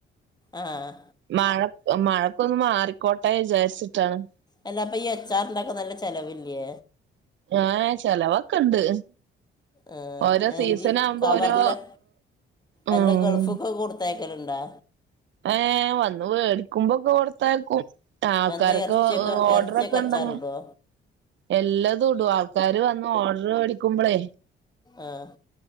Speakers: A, on the left; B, on the right.
A: ആഹ്
B: മഴ മഴക്കൊന്ന് മാറിക്കോട്ടെ വിചാരിച്ചിട്ടാണ്
A: അല്ല അപ്പൊ ഈ അച്ചാർ ഇണ്ടാക്കാൻ നല്ല ചെലവില്ലേ
B: ആഹ് ചെലവൊക്കെണ്ട്
A: ആദ്യം
B: ഓരോ സീസൺ
A: എഞ്ചി
B: ആവുമ്പോ
A: കവറിലാ
B: ഓരോ ഉം
A: അല്ല ഗൾഫിക്ക് കൊടുത്ത ത്തയക്കലുണ്ടോ
B: ഏഹ് വന്ന് വേടിക്കുമ്പോക്കെ കൊട്ത്തയക്കും ആ ആൾക്കാരൊക്കെ
A: എന്താ ഇറച്ചിയൊക്കെ
B: ഓർഡറൊക്കെ
A: ഇറച്ചിയൊക്കെ അച്ചാറിടുമോ
B: ഉണ്ടെങ്കിൽ എല്ലാതും ഇടും ആൾക്കാര് വന്ന് ഓർഡർ വേടിക്കുമ്പളേ
A: ആഹ്